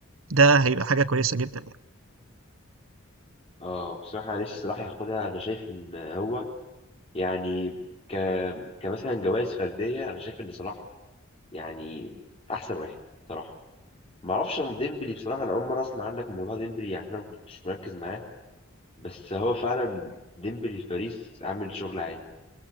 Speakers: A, on the right; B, on the left.
A: ده هيبقى حاجة كويسة جدا يعني
B: اه بصراحة أنا نفسي صلاح ياخدها أنا شايف إن هو يعني ك... كمثلا جوائز فردية أنا شايف إن صلاح يعني احسن واحد بصراحه ما اعرفش عن ديمبلي بصراحه انا اول مره اسمع عنك من موضوع ديمبلي يعني انا ما كنتش مركز معاه بس هو فعلا ديمبلي في باريس عامل شغل عالي